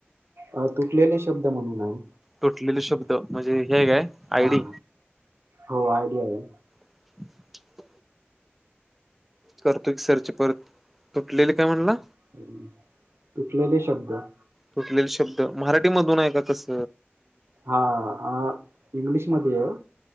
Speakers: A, on the right (about 80°); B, in the centre.
A: अ तुटलेले शब्द म्हणून आहे.
B: तुटलेले शब्द म्हणजे हे आहे काय? आय
A: हा
B: डी?
A: हो आय डि आहे.
B: <inaudible> करतो की सर्च परत. तुटलेली काय म्हणला?
A: हम. तुटलेले शब्द.
B: तुटलेले शब्द. मराठीमधून आहे का कस?
A: हां. आ इंग्लिशमधे आहे.